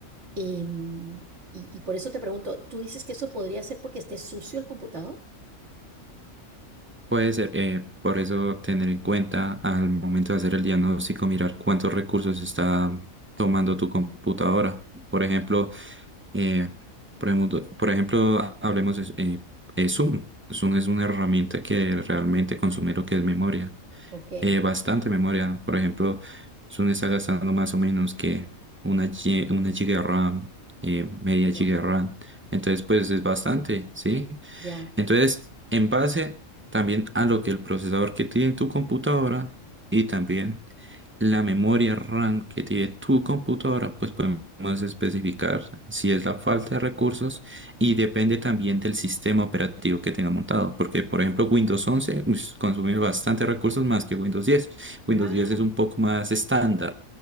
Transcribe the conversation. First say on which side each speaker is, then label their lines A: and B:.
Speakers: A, on the right (about 55°); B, on the right (about 15°).
A: Em, y, y por eso te pregunto, ¿tú dices que eso podría ser porque esté sucio el computador?
B: Puede ser, eh, por eso tener en cuenta al momento de hacer el diagnóstico, mirar cuántos recursos está tomando tu computadora. Por ejemplo, eh, por ejemplo, por ejemplo, hablemos de eh, eh, Zoom. Zoom es una herramienta que realmente consume lo que es memoria,
A: Ok,
B: eh, bastante memoria. Por ejemplo, Zoom está gastando más o menos que una, gi- una giga RAM, eh, media
A: ya,
B: giga RAM. Entonces, pues es bastante, ¿sí?
A: ya,
B: Entonces, en base también a lo que el procesador que tiene tu computadora y también la memoria RAM que tiene tu computadora, pues podemos especificar si es la falta de recursos y depende también del sistema operativo que tenga montado. Porque, por ejemplo, Windows 11 ush, consume bastante recursos más que Windows 10. Windows
A: ah,
B: 10 es un poco más estándar,